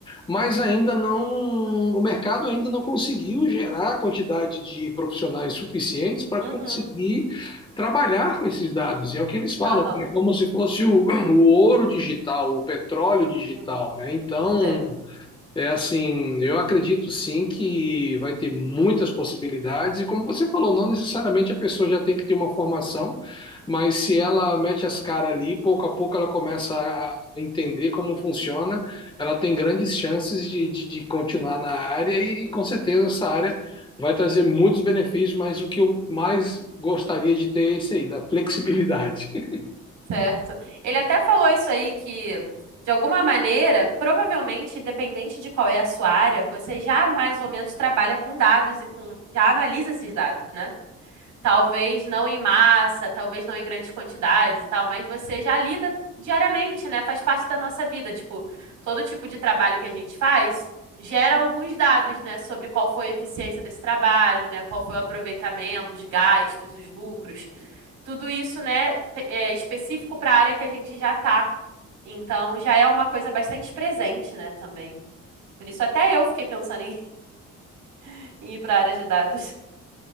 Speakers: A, on the left (about 15°); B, on the right (about 80°).
A: mas ainda não, o mercado ainda não conseguiu gerar a quantidade de profissionais suficientes para
B: uhum,
A: conseguir trabalhar com esses dados, e é o que eles falam,
B: aham,
A: é como se fosse o, <clears throat> o ouro digital, o petróleo digital,
B: uhum,
A: né? Então,
B: certo.
A: é assim, eu acredito sim que vai ter muitas possibilidades, e como você falou, não necessariamente a pessoa já tem que ter uma formação, mas se ela mete as caras ali, pouco a pouco ela começa a entender como funciona,
B: Uhum,
A: ela tem grandes chances de, de, de continuar na área
B: uhum.
A: e com certeza essa área vai trazer muitos benefícios, mas o que eu mais gostaria de ter é esse aí, da flexibilidade. <laughs>
B: Certo. Ele até falou isso aí que, de alguma maneira, provavelmente, independente de qual é a sua área, você já mais ou menos trabalha com dados e com, já analisa esses dados, né? Talvez não em massa, talvez não em grandes quantidades e tal, mas você já lida diariamente, né? Faz parte da nossa vida. Tipo, todo tipo de trabalho que a gente faz gera alguns dados, né? Sobre qual foi a eficiência desse trabalho, né? Qual foi o aproveitamento, os gastos, os lucros. Tudo isso, né? É específico para a área que a gente já tá. Então, já é uma coisa bastante presente, né? Também. Por isso, até eu fiquei pensando em <laughs> em ir para a área de dados.